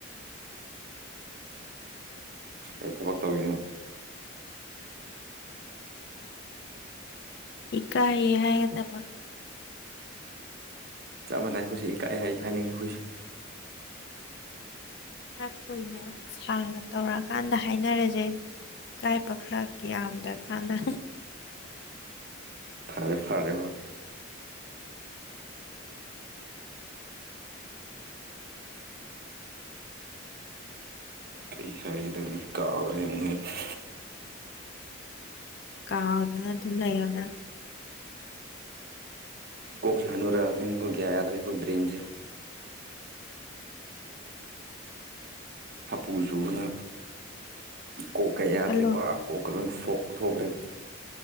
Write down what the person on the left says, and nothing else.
ꯏꯀꯥꯏꯌꯦ ꯍꯥꯏꯒꯗꯕ
ꯈꯔꯥ ꯀꯨꯏꯅ ꯁꯥꯡꯅ ꯇꯧꯔꯛꯑꯀꯥꯟꯗ ꯍꯥꯏꯅꯔꯁꯦ ꯏꯀꯥꯏꯕ ꯈꯔ ꯌꯥꯝ ꯗꯔꯀꯥꯟꯅ
ꯀꯥꯎꯗꯅ ꯑꯗꯨꯝ ꯂꯩꯌꯣꯅꯪ
ꯈꯜꯂꯣ